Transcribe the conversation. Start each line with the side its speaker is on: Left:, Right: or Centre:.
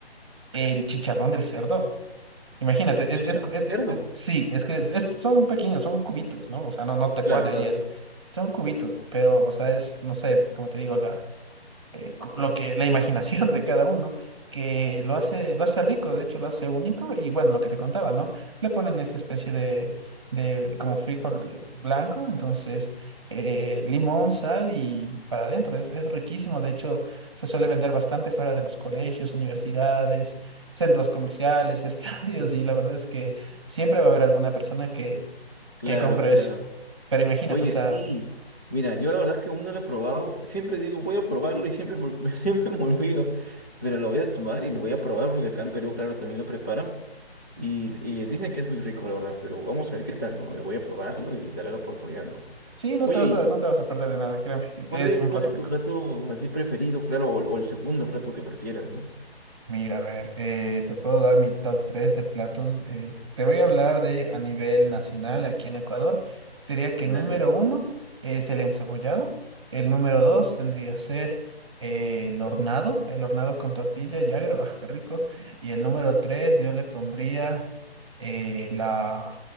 Right: el chicharrón del cerdo. Imagínate,
Left: Ah,
Right: es,
Left: Chicharrón
Right: es, es-
Left: de cerdo.
Right: es- es- sí, es que es- es- son pequeños, son cubitos, ¿no? O sea, no, no te
Left: Claro,
Right: pone
Left: claro,
Right: ahí el... Son cubitos, pero, o sea, es, no sé, como te digo, la eh, co- lo que la imaginación de cada uno, que lo hace, lo hace rico, de hecho lo hace único, y bueno, lo que te contaba, ¿no? Le ponen esa especie de, de como frijol eh, blanco, entonces eh, limón, sal y para adentro, es, es riquísimo, de hecho se suele vender bastante fuera de los colegios, universidades, centros comerciales, <laughs> estadios, y la verdad es que siempre va a haber alguna persona que,
Left: claro,
Right: que compre
Left: claro.
Right: eso. Pero imagínate,
Left: Oye,
Right: o sea,
Left: sí. Mira, yo la verdad es que aún no lo he probado. Siempre digo, voy a probarlo y siempre, me ol- <laughs> siempre me olvido. Pero lo voy a tomar y lo voy a probar porque acá en Perú, claro, también lo preparan. Y, y dicen que es muy rico, la verdad, pero vamos a ver qué tal, ¿no? Voy a probarlo y darle la oportunidad, ¿no?
Right: sí, no
Left: Oye,
Right: te vas
Left: ¿y
Right: a,
Left: tú?
Right: no te vas a perder de nada, créeme,
Left: ¿Cuál
Right: es
Left: es,
Right: un
Left: cuál
Right: plato
Left: es
Right: rico.
Left: tu plato así preferido? Claro, o, o el segundo plato que prefieras, ¿no?
Right: Mira, a ver, eh, te puedo dar mi top 3 de platos. eh, te voy a hablar de a nivel nacional aquí en Ecuador. Te diría que
Left: Dale.
Right: número uno es el encebollado. El número dos vendría a ser eh, el hornado, el hornado con tortilla y agro, ah, qué rico. Y el número tres yo le pondría eh, la...